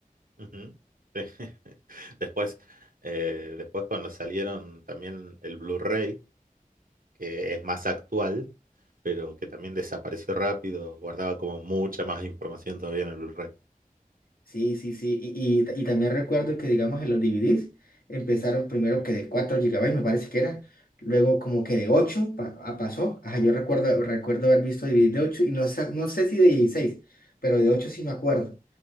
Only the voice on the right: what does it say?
Ujú. Sí. <laughs> Después, eh, después cuando salieron también el Blu-ray, que es más actual, pero que también desapareció rápido, guardaba como mucha más información todavía en el Blu-ray.
Ujú,